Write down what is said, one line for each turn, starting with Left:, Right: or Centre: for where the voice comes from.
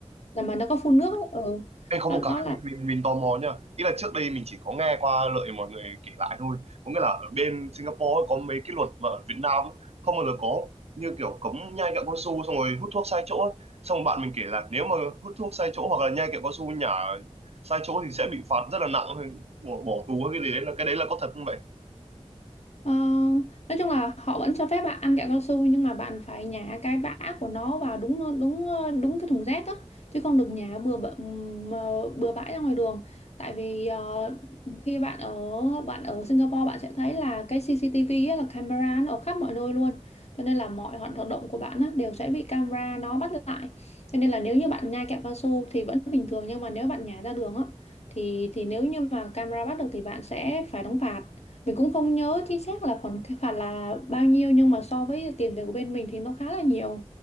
Left: là mà nó có phun nước ấy. Ừ.
Right: Ê, có
Left: Đó,
Right: một cái
Left: đó là
Right: mình mình mình tò mò nha ý là trước đây mình chỉ có nghe qua lợi mọi người kể lại thôi có nghĩa là ở bên Singapore ấy, có mấy cái luật mà ở Việt Nam ấy, không bao giờ có như kiểu cấm nhai kẹo cao su xong rồi hút thuốc sai chỗ ấy. xong rồi bạn mình kể là nếu mà hút thuốc sai chỗ hoặc là nhai kẹo cao su nhả sai chỗ thì sẽ bị phạt rất là nặng hay bỏ bỏ tù hay cái gì đấy là cái đấy là có thật không vậy
Left: Ờ, nói chung là họ vẫn cho phép bạn ăn kẹo cao su nhưng mà bạn phải nhả cái bã của nó vào đúng đúng ờ, đúng cái thùng rác á chứ không được nhả bừa bợ- mà bừa bãi ra ngoài đường tại vì ờ, khi bạn ở bạn ở Singapore bạn sẽ thấy là cái CCTV á, là camera nó ở khắp mọi nơi luôn cho nên là mọi hoạt động của bạn á, đều sẽ bị camera nó bắt lại cho nên là nếu như bạn nhai kẹo cao su thì vẫn bình thường nhưng mà nếu bạn nhả ra đường á thì thì nếu như mà camera bắt được thì bạn sẽ phải đóng phạt mình cũng không nhớ chính xác là khoản phạt là bao nhiêu nhưng mà so với tiền về của bên mình thì nó khá là nhiều